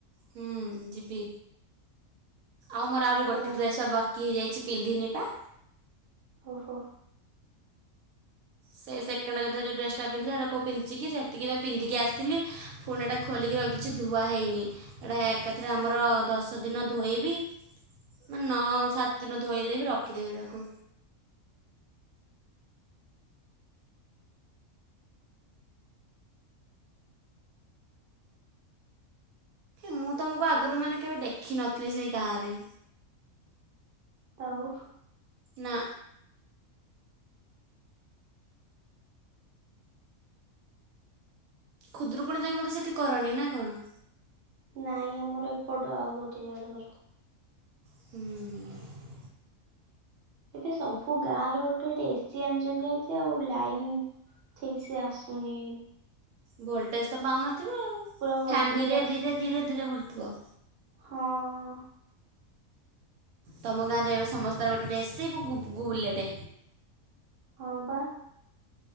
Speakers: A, on the right; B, on the right.
A: ହୁଁ ଯିବି ଆଉ ମୋର ଆହୁରି
B: ହଉ
A: ଗୋଟେ ଡ୍ରେସ୍ <unintelligible> କି ହେଇଯାଇଚି ପିନ୍ଧିନି ପା।
B: ଓହୋ।
A: ସେ ସେକେଣ୍ଡରେ ଯଦା ଯଉ ଡ୍ରେସଟା ପିନ୍ଧିଚି ହେରା କଉ ପନ୍ଧିଚି କି ସେତିକି ଯା ପିନ୍ଧିକି ଆସିଲି। ଫୁଣି ଏଟା ଖୋଲିକି ରଖିଛି ଧୁଆ ହଇନି। ଏଟା ଏକାଥରେ ଆମର ଦଶ ଦିନ ଧୋଇବି। ମାନେ ନଅ ସାତ ଦିନ ଧୋଇଦେବି ରଖିଦେବି ତାକୁ। ମୁଁ ତୁମକୁ ଆଗରୁ ମାନେ କେବେ ଦେଖିନଥିଲି ସେ ଗାଁରେ।
B: ଆଉ।
A: ନା। ଖୁଦୁରୁକୁଣୀ ତମେ ବୋଧେ ସେଠି କରନି ନା କଣ?
B: ନାଇଁ ଆମର ଏପଟ ଆଉ ଗୋଟେ ଜାଗାରେ କରୁ।
A: ହୁଁ!
B: ଏବେ ସବୁ ଗାଁରେ ଗୋଟେ ଗୋଟେ ଏସି ଆଣିଚନ୍ତି ଆଉ ଆଉ ଲାଇନ୍ ଠିକ୍ ସେ ଆସୁନି।
A: ଭୋଲ୍ଟେଜ୍ ତ ପାଉନଥିବ
B: ପୁରା ଭଲଟେଜ
A: ଫ୍ୟାନ୍ ଧୀରେ
B: ଆସୁନି
A: ଧୀରେ ଧୀରେ ଧୀରେ ବୁଲୁଥିବ।
B: ହଁ!
A: ତମ ଗାଁରେ ଏବେ ସମସ୍ତଙ୍କ ଗୋଟେ ଗଟେ ଏସି ବୁ-ବୁ-ବୁଲେଟେ।
B: ହଁ ବା।